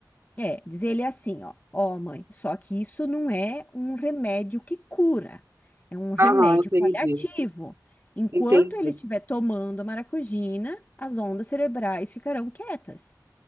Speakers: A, on the left; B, on the right.
A: É, diz ele assim, ó, ó, mãe, só que isso não é um remédio que cura, é um remédio
B: Aham, entendi.
A: paliativo. Enquanto
B: Entendi.
A: ele estiver tomando a maracujina, as ondas cerebrais ficarão quietas,